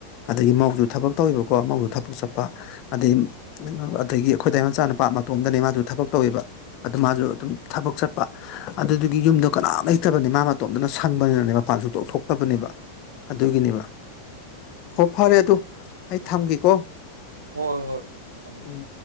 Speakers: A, on the left (about 40°); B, on the right (about 75°).
A: ꯑꯗꯒꯤ ꯃꯧꯁꯨ ꯊꯕꯛ ꯇꯧꯋꯤꯕꯀꯣ ꯃꯧꯁꯨ ꯊꯕꯛ ꯆꯠꯄ ꯑꯗꯩ ꯑꯗꯒꯤ ꯑꯩꯈꯣꯏꯗꯥꯏꯃꯆꯥ ꯅꯨꯄꯥ ꯃꯇꯣꯝꯗꯅꯦ ꯃꯥꯁꯨ ꯊꯕꯛ ꯇꯧꯋꯦꯕ ꯑꯗꯨ ꯃꯥꯁꯨ ꯑꯗꯨꯝ ꯊꯕꯛ ꯆꯠꯄ ꯑꯗꯨꯗꯨꯒꯤ ꯌꯨꯝꯗꯣ ꯀꯅꯥꯝ ꯂꯩꯇꯕꯅꯦ ꯃꯥ ꯃꯇꯣꯝꯇꯅ ꯁꯪꯕꯅꯤꯅꯅꯦ ꯃꯄꯥꯟ ꯁꯨꯊꯣꯛ ꯊꯣꯛꯇꯕꯅꯦꯕ ꯑꯗꯨꯒꯤꯅꯦꯕ ꯍꯣ ꯐꯔꯦ ꯑꯗꯨ ꯑꯩ ꯊꯝꯒꯦꯀꯣ
B: ꯍꯣꯏ ꯍꯣꯏ ꯊꯝꯃꯣ
A: ꯎꯝ
B: ꯊꯝ